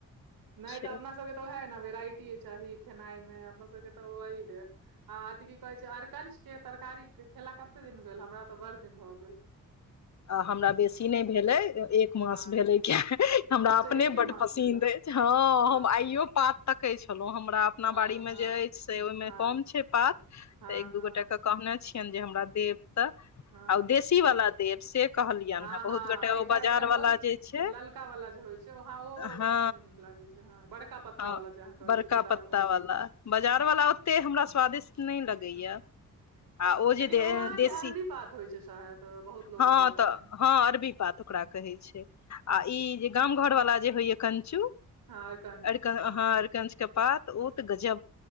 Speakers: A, on the right; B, on the left.
A: नय
B: छै
A: तऽ अपना सबके तऽ ओहे न वेराइटी चाही खेनाइ में अपना सबके तऽ ओह है हाँ अथी की कहै छै अरकंच के तरकारी खेला कते दिन भेल हमरा तऽ बड़ दिन भऽ गेल
B: आ हमरा बेसी नइ भेलै एक मास
A: हँ
B: भेलै हमरा
A: अच्छा
B: अपने
A: एके
B: बड
A: मास
B: पसीन्द
A: भेल
B: अछि हँ
A: हँ
B: हम आइयो पात तकय छलहु हमरा अपना
A: हँ
B: बाड़ी
A: हँ
B: में जे अछि से ओहिमे
A: हँ
B: कम छै पात त
A: हँ
B: एक
A: हँ
B: दू गोटा के कहने छियनि जे हमरा देब तऽ
A: हँ
B: आ देशी वला देव से कहलियनि
A: हँ
B: हैं बहुत
A: हँ
B: गोटे
A: एकटा
B: ओ बाजार
A: एकटा बहुत
B: वला जे छै
A: ललका वाला जे होइ छै हँ ओ
B: हँ
A: नहि नीक लागै छै हँ बड़का पत्ता
B: आं
A: वाला जे अहाँ कहै
B: बरका
A: छी बाजार
B: पत्ता
A: वाला
B: वला
A: हँ
B: बाजार
A: हँ
B: वाला ते हमरा स्वादिष्ट नय लगैया
A: हूं हूं
B: आ ओ
A: लेकिन
B: जे दे
A: अहाँके
B: देशी
A: अरबी पात होइ छै शायद बहुत लोक
B: हँ
A: कहै छथिन
B: तऽ हँ अरबी पात ओकरा कहय छै आ ई जे गाम घर वाला जे होइया कञ्चु
A: हँ हँ अरकंच
B: अर हँ अरकंच
A: हूं
B: के पात ओ
A: हूं
B: त गजब